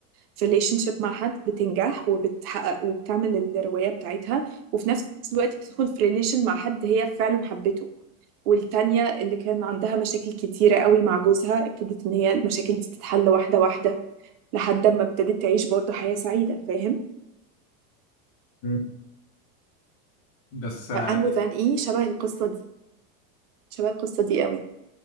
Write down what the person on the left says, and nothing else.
مم. بس آه،